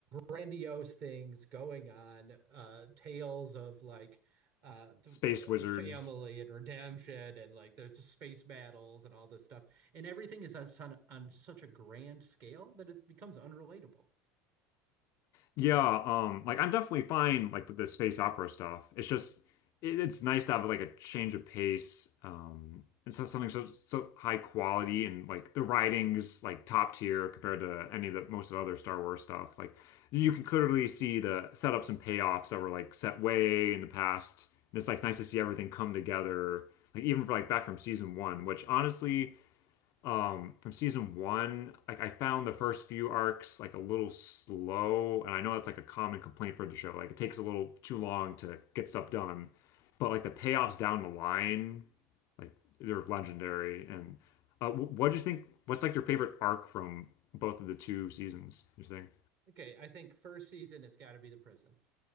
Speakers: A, on the right; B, on the left.
A: grandiose things going on, uh, tales of like uh the
B: Space
A: uh,
B: wizards.
A: family and redemption and like there's the space battles and all this stuff and everything is on on such a grand scale that it becomes unrelatable.
B: Yeah, um, like I'm definitely fine like with the space opera stuff. It's just it, it's nice to have like a change of pace. Um, it's not something so so high quality and like the writing's like top tier compared to any of the most of the other Star Wars stuff. Like you can clearly see the setups and payoffs that were like set way in the past. And it's like nice to see everything come together. Like even for like back from season one, which honestly um from season one like I found the first few arcs like a little slow and I know that's like a common complaint for the show like it takes a little too long to get stuff done but like the payoffs down the line like they're legendary and uh what do you think what's like your favorite arc from both of the two seasons you think
A: Okay, I think first season it's got to be the prison.